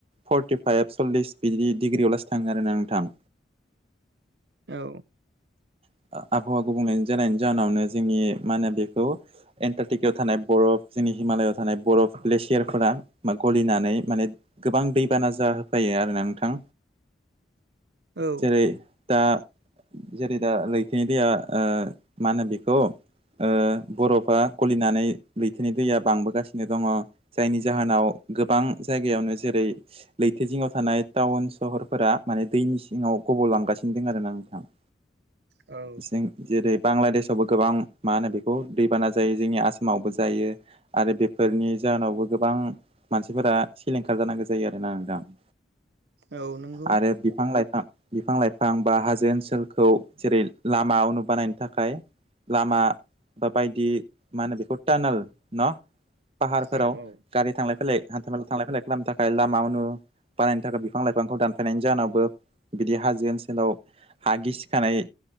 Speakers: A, on the right (about 30°); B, on the right (about 65°).
A: फर्टि फाइभ, सल्लिस बिदि डिग्रियाव लासो थाङो आरोना नोंथां।
B: औ।
A: ओ आबहावा गुबुंले जानायनि जाहोनावनो जोंनि मा होनो बेखौ एन्टारटिकायाव थानाय बरफ जोंनि हिमालयआव थानाय बरफ ग्लेसियारफोरा गलिनानै माने गोबां दैबाना जाहोफैयो आरोना नोंथां।
B: औ
A: जेरै दा जेरै दा लैथोनि दैया ओ मा होनो बेखौ ओ बरफा गलिनानै लैथोनि दैया बांबोगासिनो दङ जायनि जाहोनाव गोबां जायगायावनो जेरै लैथो जिङाव थानाय टाउन सहरफोरा माने दैनि सिङाव गबलांगासिनो दोंङो आरोना नोंथां।
B: औ
A: जों जेरै बांलादेसावबो गोबां मा होनो बेखौ दैबाना जायो जोंनि आसामावबो जायो। आरो बेफोरनि जाहोनावबो गोबां मानसिफोरा सिलिंखार जानांगौ जायो आरोना नोंथां।
B: औ नंगौ
A: आरो बिफां लाइफां बिफां लाइफां बा हाजो ओनसोल खौ जेरै लामाव बानायनो थाखाय लामा बा बायदि मा होनो बेखौ टारनेल न? पाहार फोराव
B: औ औ
A: गारि थांलाय फैलाय हान्था मेला थांलाय फैलाय खालामनो थाखाय लामा उन बानायनो थाखाय बिफां लाइफांखौ दानफायनायनि जाहोनावबो बिदि हाजो ओनसोलाव हा गिसि खानाय